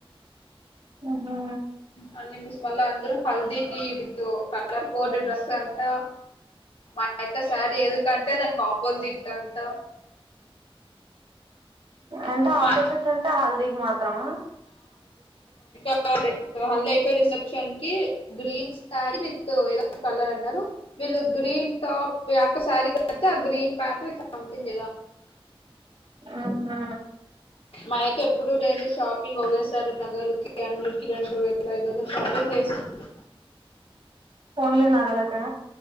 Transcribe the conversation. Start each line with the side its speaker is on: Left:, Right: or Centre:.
Right: అహా
Left: అన్ని మిస్ మల్ల ఆంధ్రు హల్ది కి విత్ కలర్ కోడ్ డ్రెస్ అంట మా యక్క శారీ ఎందుకంటే దానికి ఆపోజిట్ అంట
Right: అంటే
Left: మా
Right: ఆపోజిట్
Left: అక్క
Right: అంటే హల్దీకి మాత్రమా
Left: హా లైక్ హల్దీ అయిపోయి రిసెప్షన్ కి గ్రీన్ శారీ విత్ ఏదో కలర్ అన్నారు వీళ్ళు గ్రీన్ టాప్ అక్క శారీ కతే ఆ గ్రీన్ ప్యాంట్ సంథింగ్
Right: ఉహు
Left: మయక్క ఎప్పుడు లేంది షాపింగ్ ఒకేసారి నగలకి అన్నిటికి రెండు వేల ఐదు వందల షాపింగ్ చేసింది
Right: ఓన్లీ నగలకా